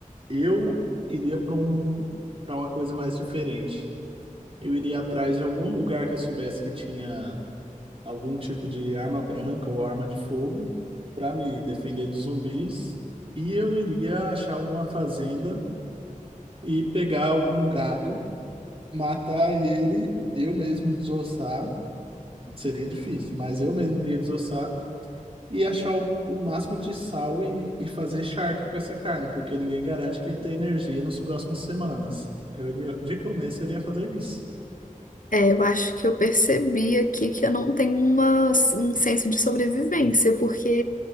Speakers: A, on the right; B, on the left.
A: eu iria para um, para uma coisa mais diferente. Eu iria atrás de algum lugar que eu soubesse que tinha algum tipo de arma branca ou arma de fogo para me defender dos zumbis. E eu iria achar alguma fazenda e pegar algum gado Matar ele, eu mesmo desossar, seria difícil, mas eu mesmo iria desossar e achar o, o máximo de sal e, e fazer charque com essa carne, porque ninguém garante que ia ter energia nas próximas semanas. Eu iria, de começo, eu iria fazer isso.
B: É, eu acho que eu percebi aqui que eu não tenho uma, um senso de sobrevivência, porque